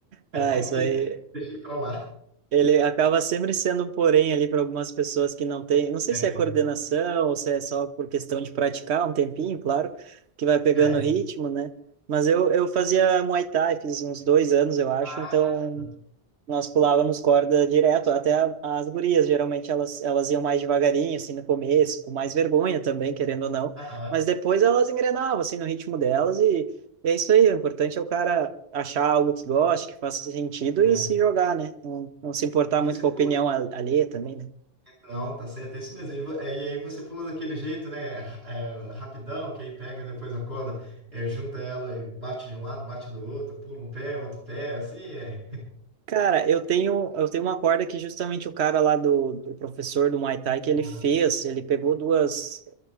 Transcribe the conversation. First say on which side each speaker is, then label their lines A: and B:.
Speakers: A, on the right; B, on the right.
A: Ah,
B: <laughs> aí
A: isso aí.
B: deixei pra lá.
A: Ele acaba sempre sendo um porém ali para algumas pessoas que não têm, não sei
B: É.
A: se é coordenação ou se é só por questão de praticar um tempinho, claro, que vai pegando
B: É.
A: o ritmo, né? Mas eu, eu fazia Muay Thai, fiz uns dois anos, eu acho,
B: Ah,
A: então nós pulávamos corda direto, até a- as gurias, geralmente elas, elas iam mais devagarinho, assim, no começo, com mais vergonha também, querendo ou não,
B: aham,
A: mas depois elas engrenavam, assim, no ritmo delas, e, e é isso aí, o importante é o cara achar algo que goste, que faça sentido
B: é.
A: e se jogar, né? Não, não se importar
B: E você
A: muito com
B: pula.
A: a opinião al- alheia também, né?
B: Não, tá certo, é isso mesmo. E vo- é, e aí você pula daquele jeito, né? ra- é, rapidão, que aí pega depois a corda, é, junta ela e bate de um lado, bate do outro, pula um pé, outro pé, assim é.
A: Cara, eu tenho, eu tenho uma corda que justamente o cara lá do, do professor do Muay Thai que ele
B: Aham,
A: fez, ele pegou duas